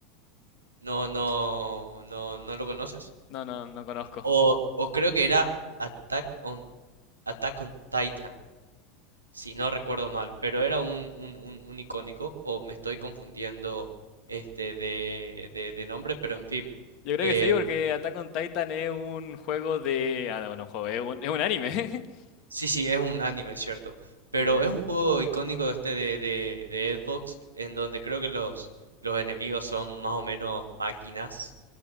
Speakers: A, on the right; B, on the left.
A: no, no, no, no lo conoces.
B: No, no, no conozco.
A: O, o creo que era Attack on, Attack on Titan. si no recuerdo mal, pero era un, un, un, un icónico, o me estoy confundiendo este de, de, de nombre, pero en fin.
B: Yo creo
A: Eh,
B: que sí, porque Attack on Titan es un juego de... Ah, no, no, juego, es un, es un anime. <laughs>
A: sí, sí, es un anime, es cierto. Pero
B: De,
A: es un juego icónico de este de, de, de Xbox, en donde creo que los, los enemigos son más o menos máquinas.